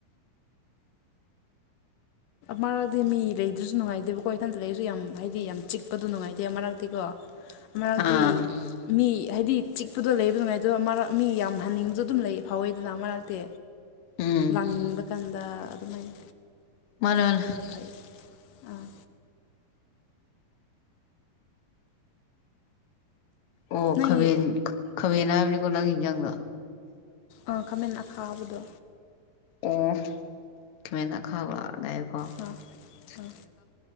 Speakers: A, on the left; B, on the left.
A: ꯃꯔꯛꯇꯤ ꯃꯤ ꯂꯩꯗ꯭ꯔꯁꯨ ꯅꯨꯡꯉꯥꯏꯇꯦꯕꯀꯣ ꯏꯊꯟꯇ ꯂꯩꯔꯤꯁꯨ ꯌꯥꯝ ꯍꯥꯏꯗꯤ ꯌꯥꯝ ꯆꯤꯛꯄꯗꯣ ꯅꯨꯡꯉꯥꯏꯇꯦ ꯃꯔꯛꯇꯤꯀꯣ ꯃꯔꯛꯇꯤ
B: ꯑꯥ
A: ꯃꯤ ꯍꯥꯏꯗꯤ ꯆꯤꯛꯄꯗꯣ ꯂꯩꯕ ꯅꯨꯡꯉꯥꯏꯗꯕ ꯃꯔꯛ ꯃꯤ ꯌꯥꯝ ꯍꯟꯅꯤꯡꯕꯗꯣ ꯑꯗꯨꯝ ꯂꯩ ꯐꯥꯎꯋꯦꯗꯅ ꯃꯔꯛꯇꯤ
B: ꯎꯝ
A: ꯂꯥꯡꯅꯤꯡꯕ ꯀꯥꯟꯗ ꯑꯗꯨꯃꯥꯏꯅ
B: ꯃꯥꯅꯦ ꯃꯥꯅꯦ
A: ꯑꯗꯨꯁꯨ ꯐꯩ ꯑꯥ
B: ꯑꯣ
A: ꯅꯪꯒꯤ
B: ꯈꯥꯕꯦꯟ ꯈꯥꯕꯦꯟ ꯍꯥꯏꯕꯅꯤꯀꯣ ꯅꯪ ꯌꯦꯟꯖꯥꯡꯗꫭ
A: ꯑꯥ ꯈꯥꯃꯦꯟ ꯑꯈꯥꯕꯗꯣ
B: ꯑꯣ ꯈꯃꯦꯟ ꯑꯈꯥꯕ ꯉꯥꯏꯌꯨ
A: ꯑ ꯑ